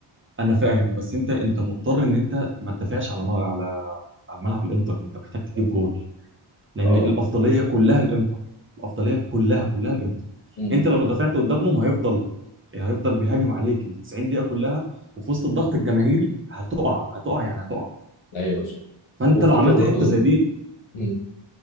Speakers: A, on the right; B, on the left.
A: انا فاهم بس انت انت مضطر ان انت ما تدافعش على ما- على على ملعب الانتر انت محتاج تجيب جول لان
B: اه
A: الافضليه كلها الانتر الافضليه كلها كلها الانتر
B: امم
A: انت لو دافعت قدامهم هيفضل هيفضل بيهاجم عليك ال 90 دقيقه كلها وفي وسط الضغط الجماهيري هتقع هتقع يعني هتقع
B: ايوه صح
A: فانت
B: وفكره
A: لو عملت
B: برضو
A: حته زي دي
B: امم